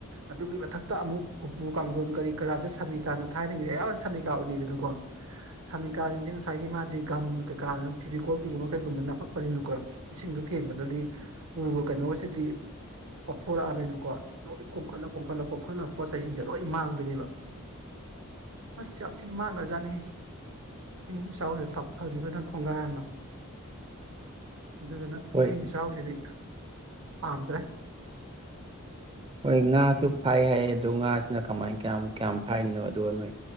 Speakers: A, on the right; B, on the right.
A: ꯑꯗꯨꯒꯤ ꯃꯊꯛꯇ ꯑꯃꯨꯛ ꯎꯄꯨ ꯀꯥꯡꯊꯣꯟ ꯀꯔꯤ ꯀꯔꯥꯁꯨꯦ ꯁꯃꯤꯀꯥꯅ ꯊꯥꯏꯅꯉꯩꯗ ꯑꯌꯥꯝꯕꯅ ꯁꯃꯤꯀꯥ ꯎꯅꯩꯗꯅꯀꯣ ꯁꯃꯤꯀꯥꯁꯤꯡꯁꯦ ꯉꯁꯥꯏꯒꯤ ꯃꯥꯗꯤ ꯒꯝ ꯀꯩꯀꯥꯅ ꯐꯤꯕꯤꯀꯣꯜ ꯀꯩꯒꯨꯝꯕ ꯀꯩꯒꯨꯝꯕ ꯅꯞꯄꯛꯄꯅꯤꯅꯀꯣ ꯏꯁꯤꯡꯗꯣ ꯊꯦꯡꯕꯗꯗꯤ ꯎꯕ ꯀꯩꯅꯣꯁꯤꯗꯤ ꯄꯣꯠꯊꯣꯔꯛꯑꯕꯅꯤꯅꯀꯣ ꯂꯣꯏ ꯀꯣꯝꯈꯠꯂ ꯀꯣꯝꯈꯠꯂ ꯀꯣꯝꯈꯠꯂ ꯄꯣꯠ ꯆꯩꯁꯤꯡꯁꯦ ꯂꯣꯏ ꯃꯥꯡꯗꯣꯏꯅꯦꯕ ꯑꯁ ꯌꯥꯝ ꯊꯤꯅ ꯃꯥꯡꯈ꯭ꯔꯖꯥꯠꯅꯤ ꯏꯁꯤꯡ ꯏꯆꯥꯎꯁꯤꯗ ꯇꯥꯎꯊꯈꯤꯕ ꯅꯪ ꯈꯣꯡꯒꯥꯏ ꯑꯃ ꯑꯗꯨꯗꯨꯅ
B: ꯍꯣꯏ
A: ꯏꯁꯤꯡ ꯏꯆꯥꯎꯁꯤꯗꯤ ꯄꯝꯗ꯭ꯔꯦ
B: ꯍꯣꯏ ꯉꯥꯁꯨ ꯐꯥꯏ ꯍꯥꯏꯌꯦ ꯑꯗꯣ ꯉꯥꯁꯤꯅ ꯀꯃꯥꯏ ꯀꯌꯥꯝ ꯀꯌꯥꯝ ꯐꯥꯏꯔꯤꯅꯣ ꯑꯗꯨꯒꯣ ꯅꯣꯏ